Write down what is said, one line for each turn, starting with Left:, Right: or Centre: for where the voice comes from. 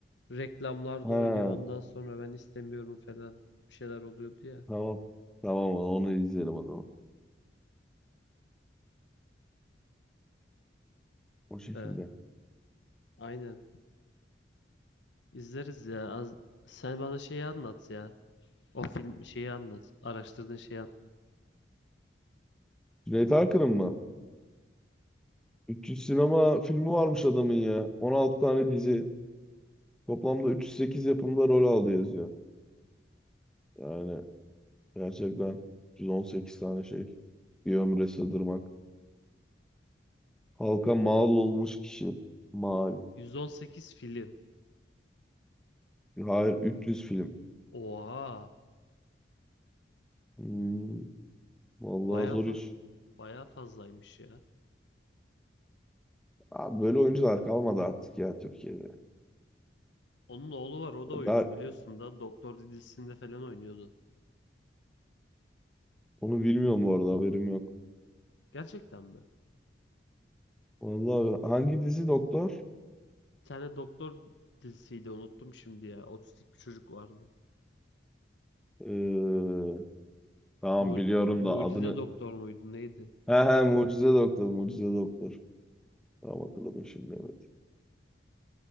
Left: Reklamlarda
Centre: Ha
Left: oynuyor ondan sonra ben istemiyorum falan bir şeyler oluyordu ya.
Centre: tamam. Tamam onu izleyelim o zaman. O şekilde.
Left: He, aynen. İzleriz ya. Az... Sen bana şeyi anlat ya. O film şeyi anlat. Araştırdığın şeyi anlat.
Centre: Cüneyt Arkın'ın mı? 300 sinema filmi varmış adamın ya. 16 tane dizi. Toplamda 308 yapımda rol aldı yazıyor. Yani gerçekten 318 tane şey. Bir ömre sığdırmak. Halka mal olmuş kişi. Mal.
Left: 118 film.
Centre: Hayır 300 film.
Left: Oha.
Centre: Hmm, vallahi
Left: Bayağı
Centre: zor
Left: fa
Centre: iş.
Left: bayağı fazlaymış ya.
Centre: Abi böyle oyuncular kalmadı artık ya Türkiye'de.
Left: Onun oğlu var o da oyuncu
Centre: Ya daha
Left: biliyorsun da Doktor dizisinde falan oynuyordu.
Centre: onu bilmiyorum bu arada haberim yok.
Left: Gerçekten mi?
Centre: Vallahi hangi dizi doktor?
Left: Bir tane doktor dizisiydi unuttum şimdi ya. Otistik bir çocuk vardı.
Centre: Ee, tamam
Left: Mu
Centre: biliyorum da
Left: Mucize
Centre: adını
Left: Doktor muydu neydi?
Centre: He he Mucize Doktor, Mucize Doktor. Tamam hatırladım şimdi evet.